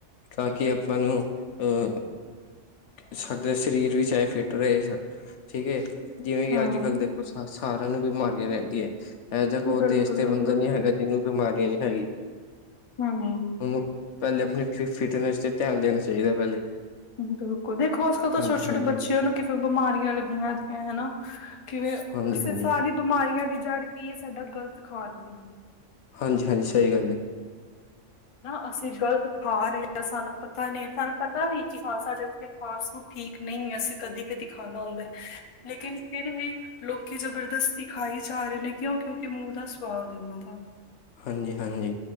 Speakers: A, on the left (about 70°); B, on the left (about 35°).
A: ਤਾਂ ਕਿ ਆਪਾਂ ਨੂੰ ਅਹ ਸਾਡਾ ਸਰੀਰ ਵੀ ਚਾਹੇ ਫਿੱਟ ਰਹੇ ਸਾਡਾ, ਠੀਕ ਹੈ। ਜਿਵੇਂ ਕਿ
B: ਹਾਂ
A: ਅੱਜ ਕੱਲ ਦੇਖੋ ਸ ਸਾਰਿਆਂ ਨੂੰ ਬਿਮਾਰੀਆਂ ਰਹਿੰਦੀਆਂ ਏ, ਇਹੋ ਜਿਹਾ ਕੋ
B: ਬਿਲਕੁਲ-ਬਿਲਕੁਲ
A: ਉਹ ਦੇਸ਼ ਤੇ ਬੰਦਾ ਨੀ ਹੈਗਾ ਜਿਨੂੰ ਬਿਮਾਰੀਆਂ ਨੀ ਹੈ।
B: ਹਾਂ ਹਮਮ।
A: ਉਹਨੂੰ, ਪਹਿਲੇ ਆਪਣੀ ਫ ਫਿਟਨੈਸ 'ਤੇ ਧਿਆਨ ਦੇਣਾ ਚਾਹੀਦਾ ਪਹਿਲੇ।
B: ਬਿਲਕੁਲ, ਦੇਖੋ ਅੱਜ ਕੱਲ ਤਾਂ
A: ਹਾਂਜੀ
B: ਛੋਟੇ- ਛੋਟੇ
A: ਹਾਂਜੀ
B: ਬੱਚਿਆਂ ਨੂੰ ਕਿਵੇਂ ਬਿਮਾਰੀਆਂ ਲੱਗੀਆਂ ਦਿਆਂਏ ਹਨਾ? ਕਿਵੇਂ,
A: ਹਾਂਜੀ
B: ਅਸ
A: ਹਾਂਜੀ
B: ਸਾਰੀ ਬਿਮਾਰੀਆਂ ਦੀ ਜੜ੍ਹ ਕੀ ਇਹ ਸਾਡਾ ਗ਼ਲਤ ਖਾਣ ਪੀਣ।
A: ਹਾਂਜੀ -ਹਾਂਜੀ ਸਹੀ ਗੱਲ ਹੈ।
B: ਨਾ, ਅਸੀਂ ਗ਼ਲਤ ਖਾ ਰਹੇ ਹਾਂ। ਸਾਨੂੰ ਪਤਾ ਨਹੀਂ ਸਾਨੂੰ ਪਤਾ ਵੀ ਕੀ ਖਾ ਸਕਦੇ। ਫਾਸਟ ਫੂਡ ਠੀਕ ਨਹੀਂ, ਅਸੀਂ ਕਦੀ- ਕਦੀ ਖਾਣਾ ਹੁੰਦਾ ਏ। ਲੇਕਿਨ, ਫਿਰ ਵੀ ਲੋਕੀ ਜਬਰਦਸਤੀ ਖਾਈ ਜਾ ਰਹੇ ਨੇ। ਕਿਉਂ, ਕਿਉਂਕਿ ਮੂੰਹ ਦਾ ਸਵਾਦ ਏ ਉਹਨਾਂ ਦਾ।
A: ਹਾਂਜੀ -ਹਾਂਜੀ।